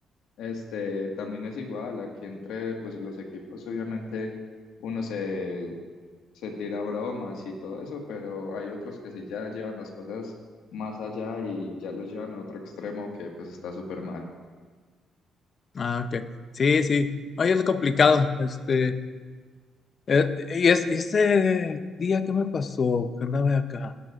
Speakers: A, on the left; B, on the left.
A: Este, también es igual, aquí entre pues los equipos obviamente uno se, se tira bromas y todo eso, pero hay otros que sí ya llevan las cosas más allá y ya lo llevan a otro extremo que pues está súper mal.
B: Ah, ok. Sí, sí. Ay, es complicado. Este, eh, y es, y ese día que me pasó, que andaba acá.